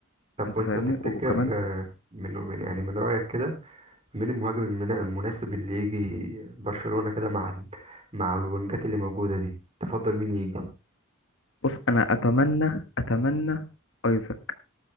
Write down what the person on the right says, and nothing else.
طب
وانت
تفتكر
آه، من من يعني من رايك كده مين المهاجم المنا- المناسب اللي يجي برشلونه كده مع ال- مع الوينجات اللي موجوده دي تفضل مين يجي